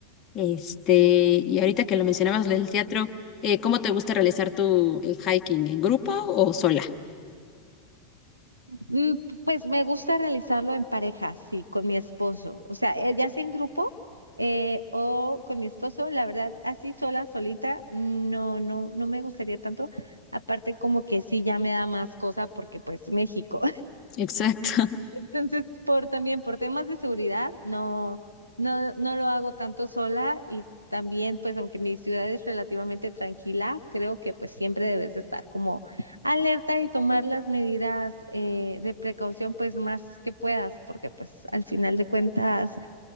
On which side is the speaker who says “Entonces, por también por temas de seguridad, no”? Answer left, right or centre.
Right